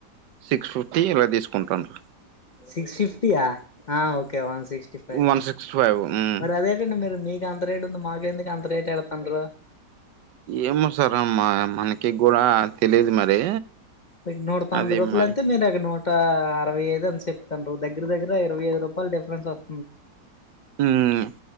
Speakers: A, on the right (about 80°); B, on the left (about 35°).
A: సిక్స్ ఫిఫ్టీ ఇలా తీసుకుంటన్రు
B: సిక్స్ ఫిఫ్టీ యా అ okay one sixty five
A: one sixty five మ్మ్
B: మర్ అదేన్ టండి మీరు మీక్ అంత రేటు ఉంది మాకెందుకు అంత రేట్ యడ్ తండ్రు
A: ఏమో సార్ అమ్మా మనకి గూడా తెలిదు మరి
B: నీకు నూట తొంబై
A: అది
B: రూపాలయితే
A: మరి
B: మీరేగా నూట్ టా అరవైఐద్ అన్ చెప్తన్రు దగ్గ్గర దగ్గర ఇరవై అర్ రూపాయలు డిఫరెన్స్ ఒస్
A: ఊమ్